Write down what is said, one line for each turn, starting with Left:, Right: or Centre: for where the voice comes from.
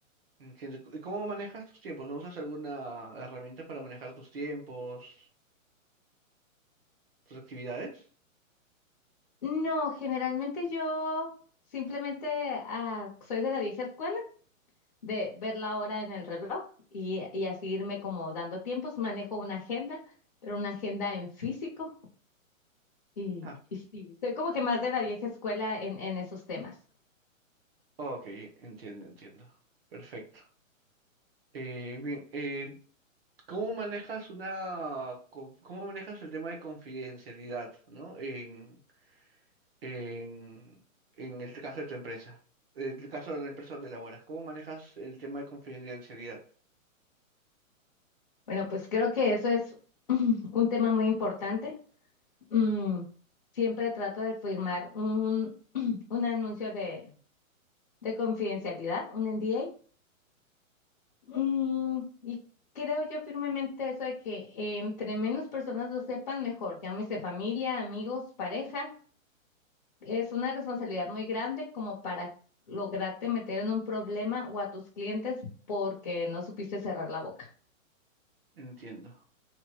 Right: Entiendo. ¿Y cómo manejas tus tiempos? ¿No usas alguna herramienta para manejar tus tiempos, tus actividades?
Left: No, generalmente yo simplemente ah, soy de la vieja escuela, de ver la hora en el reloj y, y así irme como dando tiempos. Manejo una agenda, pero una agenda en físico y,
Right: Ah,
Left: y sí, soy como que más de la vieja escuela en, en esos temas.
Right: ok, entiendo, entiendo. Perfecto. Eh, bien, eh, ¿cómo manejas una, conf- cómo manejas el tema de confidencialidad, ¿no? En, en, en el caso de tu empresa, en el caso de la empresa donde laboras, ¿cómo manejas el tema de confidencialidad?
Left: Bueno, pues creo que eso es <clears throat> un tema muy importante. Mm, siempre trato de firmar un, <clears throat> un anuncio de, de confidencialidad, un NDA. Mm, y creo yo firmemente eso de que entre menos personas lo sepan, mejor. Llámese familia, amigos, pareja. Es una responsabilidad muy grande como para lograrte meter en un problema o a tus clientes porque no supiste cerrar la boca.
Right: Entiendo.